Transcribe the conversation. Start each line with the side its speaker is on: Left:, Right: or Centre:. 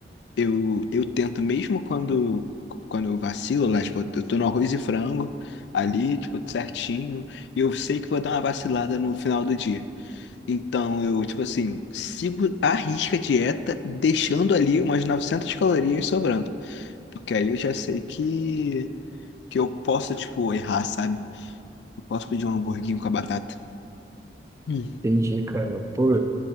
Left: Eu, eu tento, mesmo quando, quando eu vacilo, lá, tipo, eu tô no arroz e frango ali, tipo, certinho, e eu sei que vou dar uma vacilada no final do dia. Então, eu, tipo assim, sigo à risca a dieta, deixando ali umas 900 calorias sobrando. Porque aí eu já sei que, que eu posso, tipo, errar, sabe? Eu posso pedir um hamburguinho com a batata. Hum.
Right: Entendi, cara. Pô,